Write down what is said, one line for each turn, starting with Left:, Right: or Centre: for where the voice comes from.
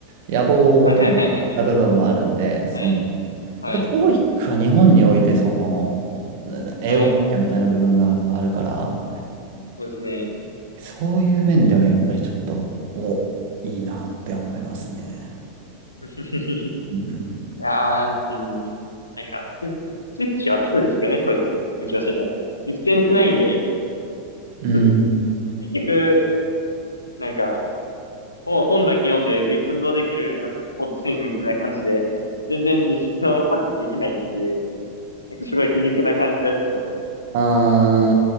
Right: 野望をもとにした部分はあるんで、
Left: はい。はい。
Right: その、
Left: はい。
Right: やっぱ
Left: はい。はい。
Right: TOEIC は日本において、その、英語勉強みたいな部分があるから、
Left: はい。そうですね。
Right: そういう面ではやっぱりちょっと、お、いいなって思いますね。
Left: <laughs>
Right: うん。
Left: いやー、うん。なんか、ススイッチはつくんですけどね、教育。勉強してても。実践しないんで、<laughs>
Right: うん。
Left: うん結局、なんか、本本だけ読んでべ運動できるようになったスポーツ選手みたいな感じで、全然実習のパッとできないっていう、なんかすごい皮肉な感じですけど。
Right: あ